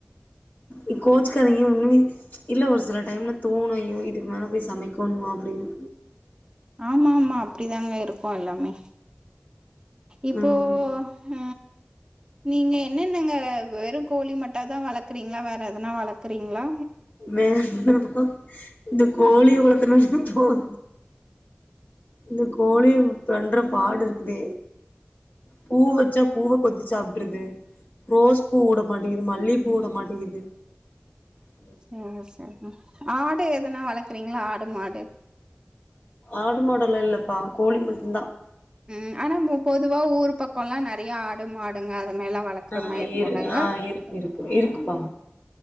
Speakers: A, on the left; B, on the right.
A: ஏ கோச்சுக்காதிங்க இன்னு இல்ல ஒரு சில டைம்ல தோணு ஐயோ இதுக்கு மேல போய் சமைக்கோணுமா அப்டின்னு
B: ஆமா ஆமா அப்டிதாங்க இருக்கு எல்லாமே இப்போ
A: ம்
B: ஹ நீங்க என்னன்னங்க வெறு கோழி மட்டாதா வளக்குறீங்களா வேற எத எதனா வளக்குறீங்ளா
A: வேற <unintelligible> இந்த கோழி வளத்தனும் போது இந்த கோழி பன்ற பாடு இருக்குதே பூ வச்சா பூவ கொத்தி சாப்டுறது ரோஸ் பூவுட மாட்டிகுது மல்லி பூவுட மாட்டேகிது ம்
B: ஆ செரிங்கா ஆடு எதனா வளர்க்குறீங்களா ஆடு மாடு
A: ஆடு மாடெல்லா இல்லப்பா கோழி மட்டுந்தா
B: ம் ஆனா பொதுவா ஊர் பக்கோல்லா நெறைய ஆடு மாடுங்க அ ந்த மேல வளர்க்குற
A: ஆ
B: மாரி இருக்குளங்க
A: இரு ஆ இருக்கு இருக்கு இருக்குப்பா